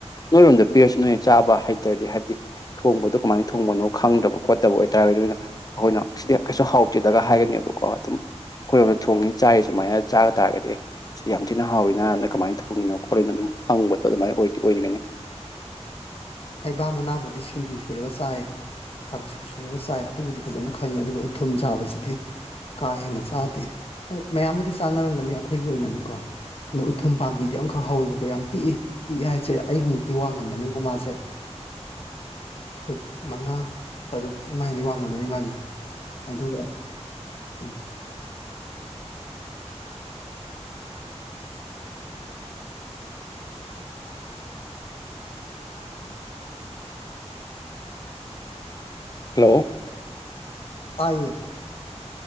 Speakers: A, on the left; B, on the left.
A: ꯅꯣꯏꯔꯣꯝꯗ ꯄꯤꯔꯁꯨ ꯅꯣꯏ ꯆꯥꯕ ꯍꯩꯇ꯭ꯔꯗꯤ ꯍꯥꯏꯕꯗꯤ ꯊꯣꯡꯕꯗꯣ ꯀꯃꯥꯏꯅ ꯊꯣꯡꯕꯅꯣ ꯈꯪꯗꯕ ꯈꯣꯠꯇꯕ ꯑꯣꯏꯇꯥꯔꯒꯗꯤ ꯑꯗꯨꯅ ꯑꯩꯈꯣꯏꯅ ꯁꯤꯗꯤ ꯀꯩꯁꯨ ꯍꯥꯎꯆꯦꯗꯒ ꯍꯥꯏꯒꯅꯦꯕꯀꯣ ꯑꯗꯨꯝ ꯑꯩꯈꯣꯏꯔꯣꯝꯗ ꯊꯣꯡꯉꯤ ꯆꯥꯏꯔꯤ ꯁꯨꯃꯥꯏꯅ ꯆꯥꯕ ꯇꯥꯔꯒꯗꯤ ꯁꯤꯗꯤ ꯌꯥꯝ ꯊꯤꯅ ꯍꯥꯎꯋꯤꯅꯥꯅ ꯀꯃꯥꯏꯅ ꯊꯣꯡꯉꯤꯅꯣ ꯈꯣꯠꯂꯤꯅꯣ ꯑꯗꯨꯝ ꯍꯪꯕꯗꯣ ꯑꯗꯨꯃꯥꯏꯅ ꯑꯣꯏꯗꯤ ꯑꯣꯏꯒꯅꯤ
B: ꯍꯩꯕꯥ ꯃꯅꯥꯕꯨꯗꯤ ꯁꯤꯡꯖꯨ ꯁꯨꯔꯒ ꯆꯥꯏ ꯀꯥꯡꯁꯨ ꯁꯨꯔꯒ ꯆꯥꯏ ꯑꯗꯨꯕꯨꯗꯤ ꯐꯖꯅ ꯈꯪꯉꯦ ꯑꯗꯨꯒ ꯎꯊꯨꯝ ꯆꯥꯕꯁꯤꯗꯤ ꯀꯥ ꯍꯦꯟꯅ ꯆꯥꯗꯦ ꯍꯣꯏ ꯃꯌꯥꯝꯕꯨꯗꯤ ꯆꯥꯅꯔꯝꯒꯅꯤ ꯑꯩꯈꯣꯏꯒꯤ ꯑꯣꯏꯅꯅꯤꯀꯣ ꯑꯗꯣ ꯎꯊꯨꯝ ꯄꯥꯝꯕꯤꯗꯤ ꯑꯃꯈꯛ ꯍꯧꯋꯦꯕꯀꯣ ꯌꯥꯝ ꯄꯤꯛꯏ ꯄꯤꯛꯏ ꯍꯥꯏꯁꯦ ꯑꯩꯒꯤꯃꯨꯛꯇꯤ ꯋꯥꯡꯉꯝꯃꯅꯤꯀꯣ ꯃꯥꯁꯦ ꯐꯨꯠ ꯃꯉꯥ ꯇꯔꯨꯛ ꯑꯗꯨꯃꯥꯏꯅꯗꯤ ꯋꯥꯡꯉꯝꯕꯅꯤ ꯃꯥꯁꯦ ꯑꯗꯨꯒ ꯎꯝ
A: ꯍꯂꯣ
B: ꯇꯥꯏꯌꯦ